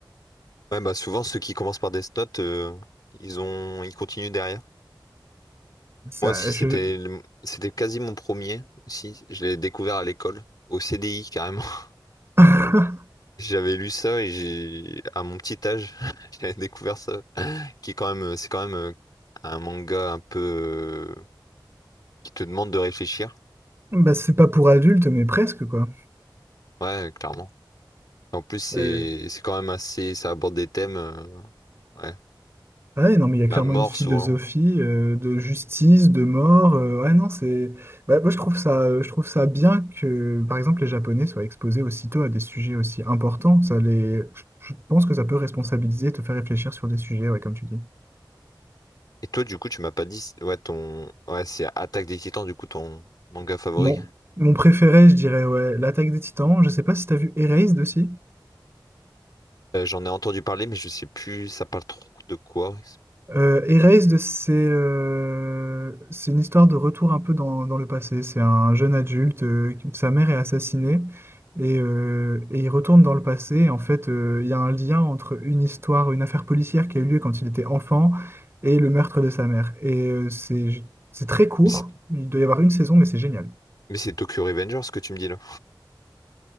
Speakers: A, on the left; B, on the right.
A: Ouais, bah souvent ceux qui commencent par Death Note, euh, ils ont, ils continuent derrière.
B: Ça,
A: Moi aussi,
B: je...
A: c'était, le- c'était quasi mon premier aussi. Je l'ai découvert à l'école, au CDI carrément. <laughs>
B: <laughs>
A: J'avais lu ça et j'ai, à mon petit âge, <laughs> j'avais découvert ça, qui est quand même, c'est quand même euh, un manga un peu euh, qui te demande de réfléchir.
B: bah, c'est pas pour adultes, mais presque, quoi.
A: Ouais, clairement. En plus,
B: C'est-
A: c'est c'est quand même assez, ça aborde des thèmes, euh, ouais,
B: Ouais, non, mais il y a clairement
A: la mort
B: une philosophie
A: souvent.
B: euh, de justice, de mort. euh, ouais, non, c'est. bah, moi, je trouve ça, euh, je trouve ça bien que, par exemple, les Japonais soient exposés aussitôt à des sujets aussi importants. Ça les... Je je pense que ça peut responsabiliser, te faire réfléchir sur des sujets, ouais, comme tu dis.
A: Et toi, du coup, tu m'as pas dit, si, ouais, ton, ouais, c'est Attaque des Titans, du coup, ton manga favori.
B: Mon, mon préféré, je dirais, ouais, l'attaque des Titans. Je sais pas si tu as vu Erased aussi.
A: Euh, j'en ai entendu parler, mais je sais plus, ça parle trop de quoi.
B: Euh, Erased, c'est euh, c'est une histoire de retour un peu dans, dans le passé. C'est un jeune adulte, euh, qui- sa mère est assassinée et, euh, et il retourne dans le passé. Et en fait, euh, il y a un lien entre une histoire, une affaire policière qui a eu lieu quand il était enfant et le meurtre de sa mère. Et euh, c'est c'est très court.
A: Mais c'est
B: Il doit y avoir une saison, mais c'est génial.
A: mais c'est Tokyo Revengers ce que tu me dis là.